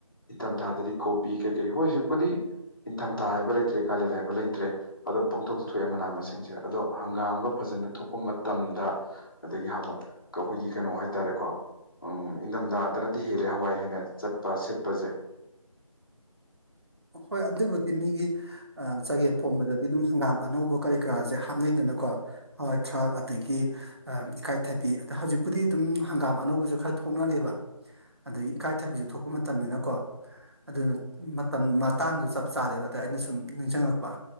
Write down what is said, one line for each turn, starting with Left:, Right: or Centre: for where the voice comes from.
Left: ꯏꯊꯝꯊꯥꯗꯗꯤ ꯀꯣꯛ ꯕꯤ ꯀꯩ ꯀꯩ ꯍꯣꯏ ꯍꯧꯖꯤꯛꯄꯨꯗꯤ ꯏꯟꯊꯝꯊꯥ ꯍꯥꯏꯕ ꯂꯩꯇ꯭ꯔꯦ ꯀꯥꯂꯦꯟ ꯍꯥꯏꯕ ꯂꯩꯇ꯭ꯔꯦ ꯑꯗꯨꯝ ꯄꯥꯡꯊꯣꯛꯇꯥ ꯊꯣꯛꯑꯦ ꯃꯅꯥ ꯃꯁꯤꯡꯁꯦ ꯑꯗꯣ ꯍꯪꯒꯥꯝꯒ ꯐꯖꯅ ꯊꯣꯛꯄ ꯃꯇꯝꯗ ꯑꯗꯒꯤ ꯍꯋꯥꯏ ꯑꯩꯈꯣꯏꯒꯤ ꯀꯩꯅꯣ ꯍꯥꯏꯇꯥꯔꯦꯀꯣ ꯎ ꯏꯪꯊꯝꯊꯥꯗꯅꯗꯤ ꯍꯦꯜꯂꯦ ꯍꯋꯥꯏ ꯍꯦꯟꯅ ꯆꯠꯄ ꯁꯤꯠꯄꯁꯦ
Right: ꯍꯣꯏ ꯑꯗꯨꯕꯨꯗꯤ ꯆꯒꯦꯝ ꯄꯣꯝꯕꯗꯗꯤ ꯑꯗꯨꯝ ꯍꯪꯒꯥꯝ ꯑꯅꯧꯕ ꯀꯔꯤ ꯀꯔꯥꯁꯦ ꯍꯥꯞꯅꯩꯗꯅꯀꯣ ꯍꯋꯥꯏ ꯊꯔꯥꯛ ꯑꯗꯒꯤ ꯏꯀꯥꯏꯊꯕꯤ ꯑꯗ ꯍꯧꯖꯤꯛꯄꯨꯗꯤ ꯑꯗꯨꯝ ꯍꯪꯒꯥꯝ ꯑꯅꯧꯕꯁꯨ ꯈꯔ ꯊꯣꯛꯅꯔꯦꯕ ꯑꯗꯒꯤ ꯏꯀꯥꯏꯊꯕꯤꯁꯨ ꯊꯣꯛꯄ ꯃꯇꯝꯅꯤꯅ ꯀꯣ ꯑꯗꯨ ꯃꯇꯝ ꯃꯇꯥꯡꯗꯨ ꯆꯞ ꯆꯥꯔꯦꯕ ꯑꯗ ꯑꯩꯅ ꯁꯨꯝ ꯅꯤꯡꯁꯤꯡꯉꯛꯄ